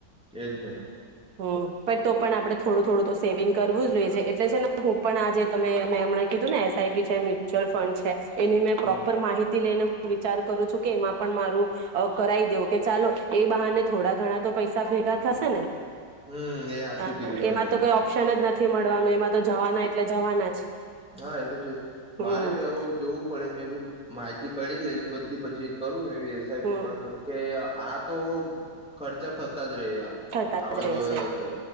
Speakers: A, in the centre; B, on the right.
A: એજ ને.
B: હમ બ તો પણ આપણે થોડું-થોડું તો સેવિંગ કરવું જ જોઈ છે એટલે છે ને હું પણ આજે તમે મેં હમણાં કીધું ને એસ આઈપી છેાય મ્યુચ્યુઅલ ફંડ છે. એની મેં
A: હમ
B: પ્રોપર માહિતી લઈને હું વિચાર કરું છું કે એમાં પણ મારું અ કરાઈ દેવ કે ચાલો એ બહાને થોડા ઘણા તો પૈસા ભેગા થશે ને.
A: હમ એ સાચું
B: હા,
A: કીધું તમે
B: એમાં તો કોઈ ઓપ્શન જ નથી. નથી મળવાનું એમાં તો જવાના એટલે જવાના જ.
A: હા એ
B: હમ
A: મારે બી હ જોવું પડે મેં બી માહિતી કરી લઈશ બધી પછી કરું એવી એસ આઈ
B: હમ
A: પી માં કેમ કે આ તો ખર્ચા થતા જ રહે
B: થતા
A: આવા
B: જ રહે
A: જોયે
B: છે
A: તો